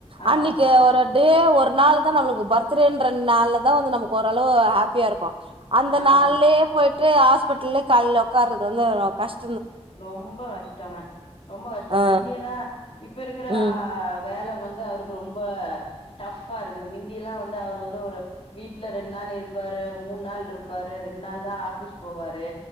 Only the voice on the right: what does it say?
அன்னைக்கு
அவரு டே ஒரு நாள் தா நம்மளுக்கு பர்த்டேண்ற நாள்லதா வந்து நமக்கு ஓரளவு ஹேப்பியா இருக்கு அந்த
நாள்லேயே போயிட்டு ஹாஸ்பிடிட்டல்லயே காலைல உக்காறது வந்து கஷ்டோ
ஆ
ம்